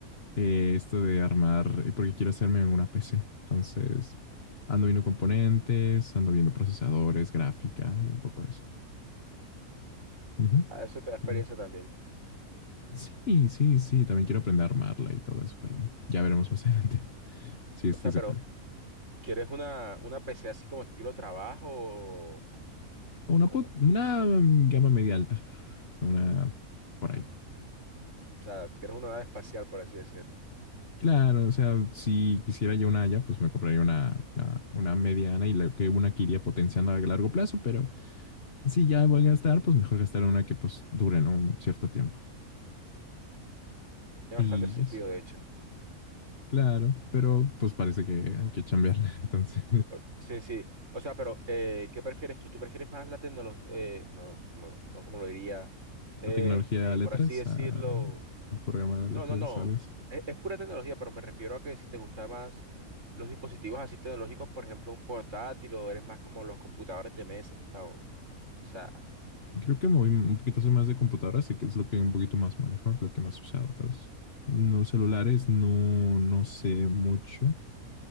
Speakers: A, on the left; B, on the right.
A: Eh, esto de armar, eh, porque quiero hacerme una PC. Entonces, ando viendo componentes, ando viendo procesadores, gráfica y un poco de eso. Ujú.
B: Ah, eso te da experiencia
A: Mm.
B: también.
A: Sí, sí, sí, también quiero aprender a armarla y todo eso, pero ya veremos más <laughs> adelante si es
B: O sea,
A: que
B: pero...
A: se puede.
B: ¿Quieres una, una PC así como estilo trabajo o, o
A: Una,
B: cómo?
A: pot- una mm, gama media alta, una por ahí
B: O sea, ¿quieres una nave espacial, por así decirlo?
A: Claro, o sea, si quisiera yo una haya, pues me compraría una, una, una mediana y la, que una que iría potenciando a largo plazo, pero si ya voy a gastar, pues mejor gastar una que pues dure, ¿no? Un cierto tiempo.
B: Tiene
A: Y
B: bastante sentido,
A: eso,
B: de hecho.
A: claro, pero pues parece que hay que chambearla. <laughs> Entonces,
B: O- Sí, sí. O sea, pero eh, ¿qué prefieres tú? ¿Tú prefieres más la tecnología? no, como, no como lo diría,
A: <laughs>
B: eh,
A: la tecnología
B: eh,
A: a letras,
B: por así decirlo.
A: a, a programar a letras
B: No, no, no.
A: o algo así.
B: Es, es pura tecnología, pero me refiero a que si te gustan más los dispositivos así tecnológicos, por ejemplo, un portátil o eres más como los computadores de mesa. O, o sea,
A: Creo que me voy un poquito soy más de computadoras, sé que es lo que un poquito más manejo, lo que más he usado, tal vez. No celulares, no, no sé mucho.